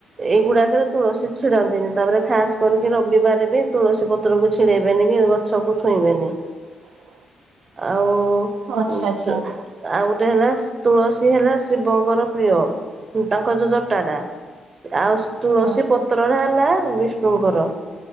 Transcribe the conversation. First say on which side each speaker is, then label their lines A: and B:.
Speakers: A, on the right; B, on the right.
A: ଏଗୁଡ଼ାକରେ ତୁଳସୀ ଛିଡ଼ାନ୍ତିନି ତାପରେ ଖାସ୍ କରିକି ରବିବାର ବି ତୁଳସୀ ପତ୍ରକୁ ଛିଡ଼େଇବେନି କି ଗଛକୁ ଛୁଇଁବେନି।
B: <inaudible>
A: ଆଉ
B: ଆଚ୍ଛା
A: ଆଉ
B: ଆଚ୍ଛା
A: ଗୋଟେ ହେଲା ତୁଳସୀ ହେଲା ଶିବଙ୍କର ପ୍ରିୟ ତାଙ୍କର ଯୋଉ ଜଟାଟା। ଆଉ
B: ଆଚ୍ଛା
A: ତୁଳସୀ
B: ହଁ
A: ପତ୍ରଟା ହେଲା ବିଷ୍ଣୁଙ୍କର।